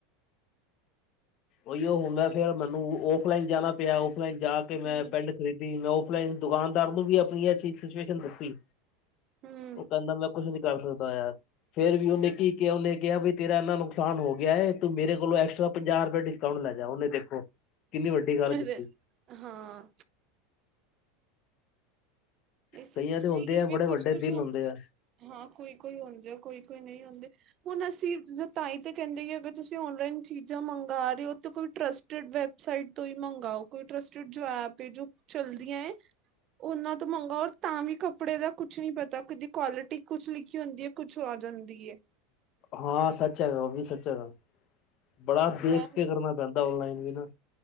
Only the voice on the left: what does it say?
ਓਈਓ ਹੁਨ ਮੈਂ ਫੇਰ ਮੈਨੂੰ ਔਫਲਾਈਨ ਜਾਣਾ ਪਿਆ, ਔਫਲਾਈਨ ਜਾ ਕੇ
ਮੈਂ ਪਿੰਡ ਖਰੀਦੀ ਮੈਂ ਔਫਲਾਈਨ ਦੁਕਾਨਦਾਰ ਨੂੰ ਵੀ ਆਪਣੀ ਐ ਸਿਚੁਏਸ਼ਨ ਦੱਸੀ,
ਓ ਕੈਂਦਾ ਮੈਂ ਕੁਛ ਨੀ ਕਰ ਸਕਦਾ ਯਾਰ। ਫੇਰ ਵੀ ਓਨੇ ਕੀ ਕਿਆ, ਓਨੇ ਕਯਾ ਬਈ ਤੇਰਾ ਇੰਨਾ ਨੁਕਸਾਨ ਹੋ ਗਿਆ ਹੈ ਤੂੰ ਮੇਰੇ ਕੋਲੋਂ ਐਕਸ ਟ੍ਰਾ ਪੰਜਾਹ ਰਪਏ ਡਿਸਕਾਊਂਟ ਲੈ ਜਾ। ਓਨੇ ਦੇਖੋ ਕਿੰਨੀ ਵੱਡੀ ਗੱਲ
ਕੀਤੀ।
ਕਈਆਂ ਦੇ ਹੁੰਦੇ
ਆ ਬੜੇ
ਵੱਡੇ ਦਿਲ
ਹੁੰਦੇ ਆ
ਹਾਂ ਸੱਚ ਹੈਗਾ, ਉਹ ਵੀ ਸੱਚ ਹੈਗਾ, ਬੜਾ ਦੇਖ
ਕੇ
ਕਰਨਾ ਪੈਂਦਾ, ਓਨਲਾਈਨ ਵੀ ਨਾ।